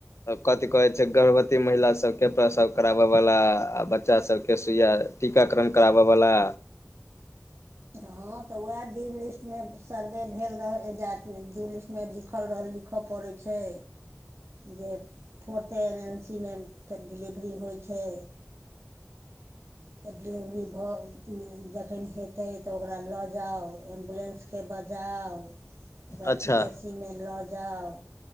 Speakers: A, on the left (about 70°); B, on the right (about 65°).
A: कथी कहैत छै गर्भवती महिला सभ सभके प्रसव कराबय वाला आ बच्चा सभ के सुइया। टीका करण कराब वला।
B: ह त वएह डू लिस्ट मे सर्वे भेल रहल जात। जूलिसमे लिखल रहल लिख पड़ैत छै जे फोर्थ एन एन सी मे फेर डिलेवरी होई छै तऽ डिलेवरी भऽ जखन हेतै त ओकरा लऽ जाउ एम्बुलेस के बजाउ ओकरा
A: अच्छा
B: पी एच सी मे ल जाउ